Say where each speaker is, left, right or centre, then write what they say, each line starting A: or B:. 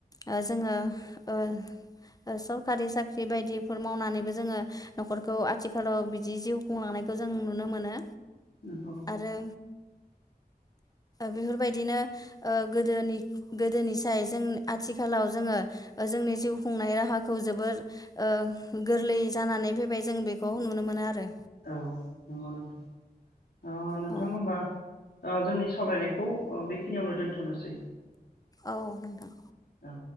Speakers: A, on the left; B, on the left.
A: ओ जोङो ओ ओ सरखारि साख्रि बायदिफोर मावनानैबो जोङो न'खरखौ आथिखालाव बिदि जिउ खुंलांनायखौ जों नुनो मोनो।
B: नंगौ
A: आरो बेफोरबायदिनो ओ गोदोनि गोदोनिसाय जों आथिखालाव जोङो जोंनि जिउ खुंनाय राहाखौ जोबोर ओ गोरलै जानानै फैबाय जों बेखौ नुनो मोनो आरो
B: औ नंगौ नोंथां अ नोंथां
A: औ
B: होमबा ओ जोंनि सावरायनायखौ ओ बेखिनियावनो दोन्थ'नोसै
A: औ नोंथां
B: औ